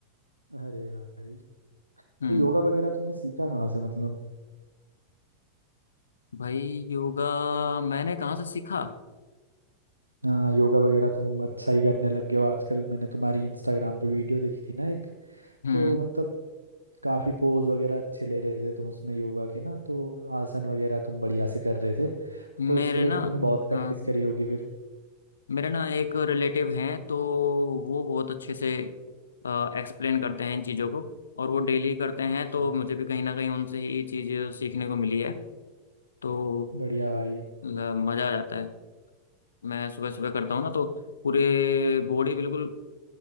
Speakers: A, on the right; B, on the left.
A: अरे भाई
B: हम्म
A: तो योगा वगैरह तुमने सीखा कहाँ से मतलब
B: भाई योगा मैंने कहाँ से सीखा
A: हाँ योगा वगैरह तुम अच्छा ही करने लग गए हो आजकल मैंने तुम्हारी इंस्टाग्राम पे वीडियो देखी थी ना एक
B: हम्म
A: तो मतलब काफी पोज वगैरह अच्छे ले रहे थे तुम उसमें योगा के ना तो आसन वगैरह तुम बढ़िया से कर रहे थे तो
B: मेरे
A: उसके लिए
B: ना
A: तुमने बहुत प्रैक्टिस
B: हाँ हाँ,
A: करी होगी फिर
B: मेरे ना एक रिलेटिव हैं तो वो बहुत अच्छे से एक्सप्लेन करते हैं इन चीज़ों को और वो डेली करते
A: अच्छा
B: हैं तो मुझे भी कहीं ना कहीं उनसे ही ये चीज़ सीखने को मिली है तो
A: बढ़िया भाई
B: मतलब मजा आ जाता है मैं सुबह सुबह करता हूँ ना तो पूरे बॉडी बिल्कुल